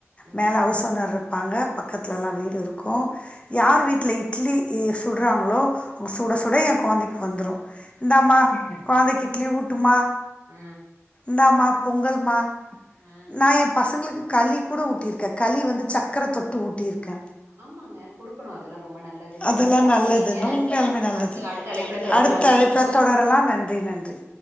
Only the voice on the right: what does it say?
ம்
ம்
ம்
அ
ஆ ஆ
ஆமாங்க குடுக்கணு அதெல்லா ரொம்ப நல்லதுல்ல
சரிங்க
அடு த்த அடுத்த அழைப்புல தொடரலாங்க